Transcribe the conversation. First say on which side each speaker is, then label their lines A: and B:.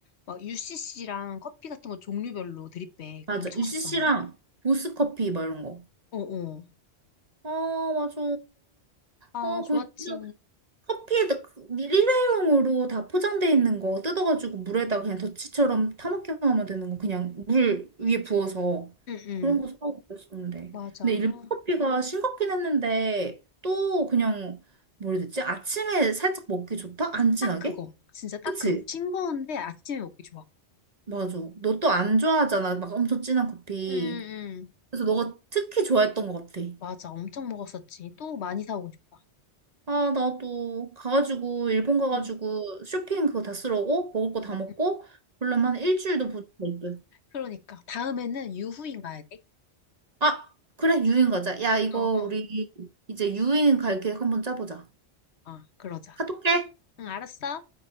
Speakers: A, on the left; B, on the right.
A: 막 UCC랑 커피 같은 거 종류별로 드립백
B: 맞아.
A: 엄청
B: UCC랑
A: 샀잖아.
B: 보스커피 막 이런 거.
A: 어어.
B: 아 맞아.
A: 아,
B: 아
A: 좋았지.
B: 그거 진짜 커피에도 그 일회용으로 다 포장돼 있는 거 뜯어가지고 물에다가 그냥 더치처럼 타먹기만 하면 되는 거 그냥 물 위에 부어서
A: 응응.
B: 그런 거 사고 그랬었는데
A: 맞아.
B: 근데 일본
A: 아,
B: 커피가 싱겁긴 했는데 또 그냥 뭐라 해야 되지? 아침에 살짝 먹기 좋다? 안 진하게?
A: 딱 그거. 진짜 딱
B: 그치?
A: 그거. 싱거운데 아침에 먹기 좋아.
B: 맞아 너 또 안 좋아하잖아 막 엄청 진한 커피
A: 응응.
B: 그래서 너가 특히 좋아했던 것 같아
A: 맞아. 엄청 먹었었지. 또 많이 사오고 싶다.
B: 아, 나도 가가지고 일본 가가지고
A: 응.
B: 쇼핑 그거 다 쓰러고 먹을 거 다 먹고
A: 응.
B: 그러면 한 일주일도 못될 듯.
A: 그러니까. 다음에는 유후인 가야 돼.
B: 아, 그래 유인 가자. 야, 이거
A: 어어.
B: 우리 이제 유인 갈 계획 한번 짜보자.
A: 어, 그러자.
B: 카톡해.
A: 응, 알았어.